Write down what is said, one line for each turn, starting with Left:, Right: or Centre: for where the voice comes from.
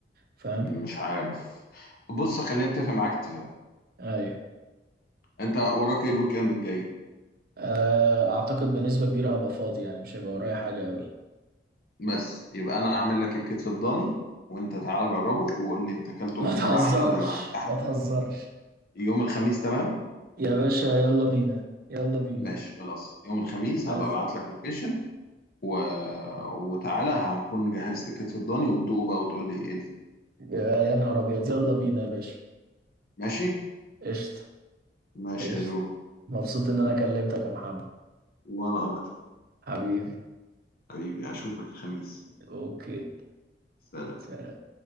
Right: فاهم
Left: مش عارف بص خليني اتفق معاك اتفاق
Right: ايوه
Left: انت وراك ايه الويك اند الجاي
Right: آه، اعتقد بنسبة كبيرة هبقى فاضي يعني مش هيبقى ورايا حاجة قوي
Left: بس يبقى انا اعمل لك الكتف الضاني وانت تعالى جربه وقول لي انت اكلته
Right: <laughs> ما تهزرش
Left: من بره احلى ولا من عندي احلى
Right: ما تهزرش
Left: يوم الخميس تمام
Right: يا باشا يلا بينا يلا بينا
Left: ماشي خلاص يوم الخميس
Right: بس
Left: هبقى ابعت لك لوكيشن و... وتعالى هكون جهزت الكتف الضاني وتدوقه بقى وتقول لي ايه الفرق
Right: يا يا نهار ابيض يلا بينا يا باشا
Left: ماشي
Right: قشطة
Left: ماشي
Right: قشطة
Left: يا جو
Right: مبسوط إن أنا كلمتك يا محمد
Left: وانا اكتر
Right: حبيبي
Left: حبيبي اشوفك الخميس
Right: أوكي
Left: سلام
Right: سلام